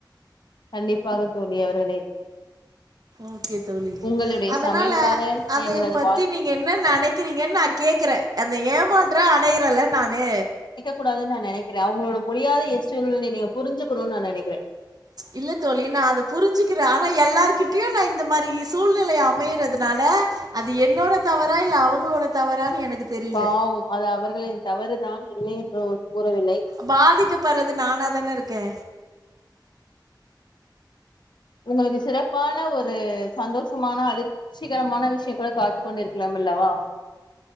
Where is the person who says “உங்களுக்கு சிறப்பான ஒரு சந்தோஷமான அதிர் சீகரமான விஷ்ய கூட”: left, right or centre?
Left